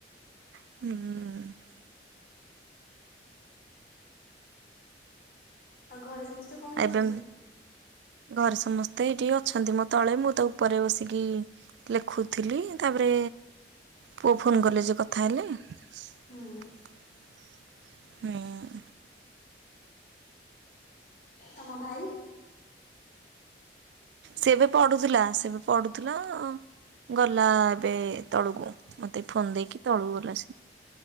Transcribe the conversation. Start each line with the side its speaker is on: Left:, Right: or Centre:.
Right: ହୁଁଁ
Left: ଆଉ ଘରେ ସମସ୍ତେ କଣ କରୁଛନ୍ତି?
Right: ଏବେ ଘରେ ସମସ୍ତେ ଏଇଠିକି ଅଛନ୍ତି ମୋ ତଳେ ମୁଁ ତା ଉପରେ ବସିକି ଲେଖୁଥିଲି ତାପରେ ପୁଅ ଫୋନ୍ କଲେ ଯେ କଥା ହେଲି ହୁଁ
Left: ହୁଁ ତମ ଭାଇ?
Right: ସେବେ ପଢୁଥିଲା ସେବେ ପଢୁଥିଲା ଗଲା ଏବେ ତଳକୁ ମତେ ଫୋନ ଦେଇକି ତଳକୁ ଗଲା ସେ